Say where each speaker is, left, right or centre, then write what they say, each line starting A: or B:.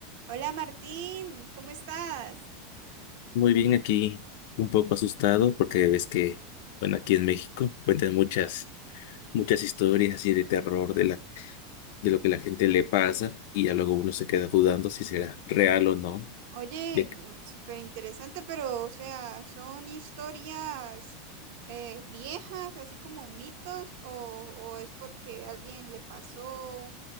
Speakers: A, on the right (about 60°); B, on the left (about 65°).
A: Hola Martín, ¿cómo estás?
B: Muy bien, aquí un poco asustado porque ves que, bueno, aquí en México cuentan muchas, muchas historias así de terror de la, de lo que la gente le pasa y ya luego uno se queda dudando si será real o no.
A: Oye,
B: Ya que,
A: súper interesante, pero o sea, ¿son historias eh, viejas, así como mitos, o, o es porque alguien le pasó